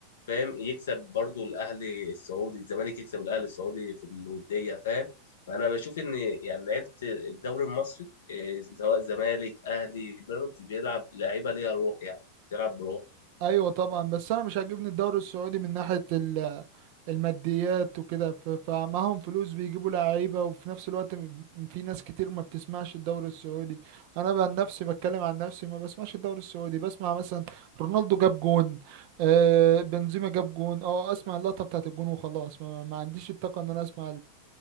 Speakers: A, on the left; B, on the right.
A: فاهم يكسب برضو الاهلي السعودي الزمالك يكسب الاهلي السعودي في الوديه فاهم فانا بشوف ان يعني لعيبه الدوري المصري آه، سواء زمالك اهلي بيراميدز بيلعب لعيبه ليها روح يعني بتلعب بروح
B: ايوه طبعا بس انا مش عاجبني الدوري السعودي من ناحيه ال- الماديات وكده ف- فمعاهم فلوس بيجيبوا لعيبه وفي نفس الوقت م- في ناس كتير ما بتسمعش الدوري السعودي انا بقى عن نفسي بتكلم عن نفسي ما بسمعش الدوري السعودي بسمع مثلا رونالدو جاب جون آه بنزيما جاب جون اه اسمع اللقطه بتاعت الجون وخلاص ما, ما عنديش الطاقه ان انا اسمع